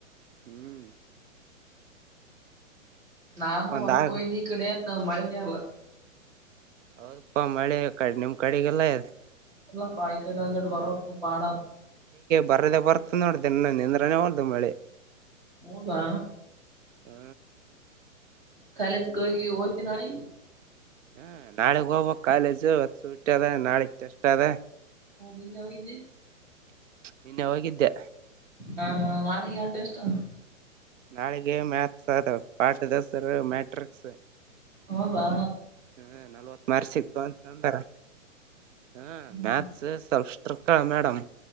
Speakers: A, on the right (about 65°); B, on the right (about 35°).
A: ಹ್ಮ್
B: ನಾನು
A: ಒಂದ್
B: ಒಲ್
A: ಆಗ
B: ಕೊಯ್ದಿ ಈ ಕಡೆ ಹಾ ಮಳೆನೇ ಅಲ್ಲ
A: ಹೌದಪ್ಪಾ ಮಳೆ ಕಡೆ ನಿಮ್ ಕಡೆಗೆಲ್ಲ ಇದೆ
B: ಎಲ್ಲ ಪಾಯ ಇಡ ಕ್ಕೆ ಪಡ
A: ಬರದ ಬರ್ತ ನೋಡ್ದೋ ಒಂದು ಮಳೆ
B: ಹೌದಾ
A: ಹ್ಮ
B: ಕಾಲಜ ಕ ಹೋತಿ ನಾಳಿಗಿ
A: ಹ ನಾಳಗ್ ಹೋಗ್ಬೇಕು ಕಾಲೇಜು ಹೊತ್ತು ಹುಟ್ಟದ ನಾಳೆಗ್ ಟೆಸ್ಟ್ ಅದ
B: ಹಾ ನಿನ್ನೆ ಹೋಗಿದಿ
A: ನಿನ್ನೆ ಹೋಗಿದ್ದೆ
B: ಹಾ ನಾಳೆಗೆ ಯಾವ ಟೆಸ್ಟ್ ಅವ
A: ನಾಳೆಗೆ ಮ್ಯಾಥಸ್ ಅ ಪಾಠ ದಸರ ಮ ಟ್ರಿಕ್ಸ್
B: ಹವಾ
A: ಹ್ಮ ನಲ್ವತ್ ಮಾರ್ ಸಿ ಇತ್ತು ಅಂತಂದಾರ ಹ್ಮ
B: ಹ್ಮ್
A: ಮ್ಯಾತ್ ಸ್ವಲ್ ಹ ಮೇಡಮ್